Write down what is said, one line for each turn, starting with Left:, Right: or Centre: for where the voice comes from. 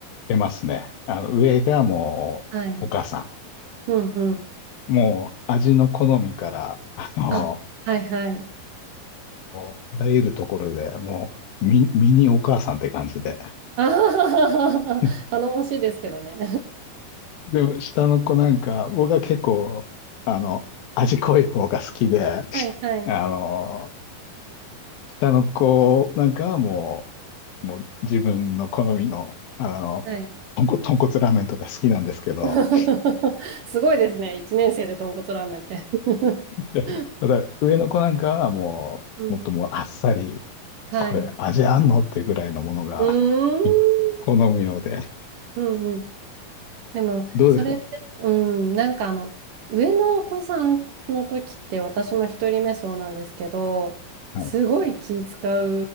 Left: 出ますね。あの、上がもう、
Right: はい。
Left: お母さ
Right: うんうん。
Left: ん。もう、味の好みから、あの、
Right: あ、はいはい。
Left: あらゆるところで、もう、ミ、ミニお母さんって感じで。
Right: あはははは頼もしいですけどね。
Left: <laughs> でも、下の子なんか、僕は結構、あの、味濃い方が好きで、
Right: <laughs>
Left: あ
Right: はいはい。
Left: の、下の子なんかはもう、もう自分の好みの、あの、
Right: はい。
Left: 豚骨、豚骨ラーメンとか好きなんですけど、
Right: <laughs> すごいですね。1年生で豚骨ラーメンって。<laughs>
Left: でただ、上の子なんかはもう、
Right: うん。
Left: もっともうあっさり、
Right: はい。
Left: これ味あんのっていうぐらいのものが
Right: うーん。
Left: <laughs> 好むようで。
Right: うんうんでも、
Left: どうですか
Right: それって、うん、なんかあの、上のお子さんの時って、私も一人目そうなんですけど、
Left: はい。
Right: すごい気使う